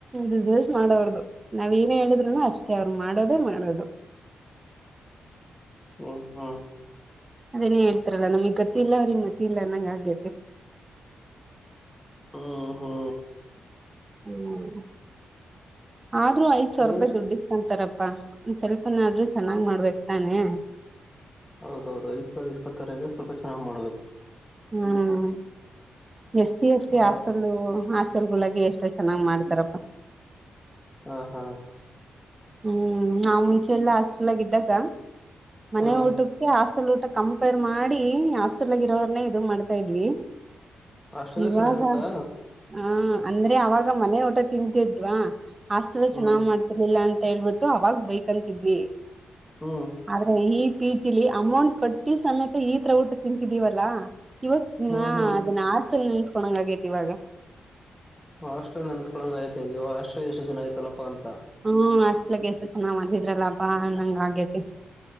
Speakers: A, on the right (about 30°); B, on the left (about 20°).
A: ಬಿಸ್ನೆಸ್ ಮಾಡೋರ್ದು ನಾವ್ ಏನೇ ಹೇಳಿದ್ರುನು ಅಷ್ಟೇ ಅವ್ರು ಮಾಡೋದೇ ಮಾಡೋದು
B: ಹುಂ ಹುಂ
A: ಅದೇನೇ ಹೇಳ್ತಾರಲ್ಲ ನಮಗ್ ಗ ಇಲ್ಲ ಅವ್ರಗ್ ಮತಿ ಇಲ್ಲ ಹಂಗ ಆಗೇೆತೇ
B: ಹ್ಮ ಹ್ಮ ಹೂ
A: ಹ್ಮ್ ಆದ್ರೂ ಐದ ಸಾವಿರ
B: ಇಲ್ಲಂದ್ರ
A: ರೂಪಾಯಿ ದುಡ್ಡಿನ ಅಂತಾರಪ್ಪಾ ಸ್ವಲ್ಪನಾದ್ರೂ ಚೆನ್ನಾಗ್ ಮಾಡ್ಬೇಕ್ ತಾನೆ
B: ಹೌದೌದು ಐದ ಸಾವಿರ ಇಸ್ಕೊತಾರೆ ಅಂದ್ರೆ ಸ್ವಲ್ಪ ಚೆನ್ನಾಗಿ ಮಾಡಬೇಕು
A: ಹ್ಮ್ ಎಷ್ಟ ಎಷ್ಟು
B: ಮಾಡ
A: ಆಸ್ತ ಹಾಸ್ಟೆಲ್ ಗಳಗ ಎಷ್ಟು ಚೆನ್ನ್ ಮಾಡ್ತಾರಪ್ಪಾ
B: ಹಾ ಹಾ
A: ಹ್ಮ್ ನಾವು ಮುಂಚೆ ಎಲ್ಲಾ ಹಾಸ್ಟಲನಾಗ ಇದ್ದಾಗ ಮನೆ
B: ಹಾ
A: ಊಟಾ ಹಾಸ್ಟೆಲ್ ಊಟ ಕಂಪೇರ್ ಮಾಡಿ ಹಾಸ್ಟೆಲ್ ಗೆ ಇರೋರನೆೇ ಇದು ಮಾಡ್ತಾ ಇದ್ವಿ
B: ಹಾಸ್ಟೆಲ್
A: ಇವಾಗ
B: ಚೆನ್ನಾಗಿರುತ್ತಾ
A: ಹ ಅಂದ್ರೆ ಅವಾಗ ಮನೆ ಊಟ ತಿಂತಿದ್ವಾ ಹಾಸ್ಟೆಲ್
B: ಹ್ಮ್
A: ಚೆನ್ನಾಗ್ ಮಾಡ್ತಿರ್ಲಿಲ್ಲ ಅಂತ ಹೇಳ್ಬಿಟ್ಟು ಅವಾಗ ಬೈಕ್ಂತಿದ್ವಿ.
B: ಹ್ಮ
A: ಆದ್ರೆ ಈ ಪಿ ಜಿಲಿ ಅಮೌಂಟ್ ಕಟ್ಟಿ ಸಮೇತ ಈತ್ರ ಊಟ ತಿಂತಿದೀವಲ್ಲಾ. ಇವಾಗ
B: ಹ್ಮ್
A: ಹಾ
B: ಹ್ಮ್
A: ಅದನ್ನ ಆಸ್ಟಲ್ ನೆನ್ಸ್ಕೊಳಂಗ ಆಗೇತಿ ಇವಾಗ.
B: ಹಾಸ್ಟೆಲ್ ನೆನ್ಸ್ಕಳಂಗ ಆಯ್ತೆ ಇವ ಹಾಸ್ಟ್ರೆಲ್ ಎಷ್ಟು ಚೆನ್ನಾಗಿತ್ತಲ್ಲಪ್ಪ ಅಂತ.
A: ಹ್ಮ್ ಹಷ್ಟಲಗ್ ಎಷ್ಟು ಚೆನ್ನಮಾಡಿದ್ರಲ್ಲಪ್ಪ ಅನ್ನೋಗೆ ಆಗೇತಿ.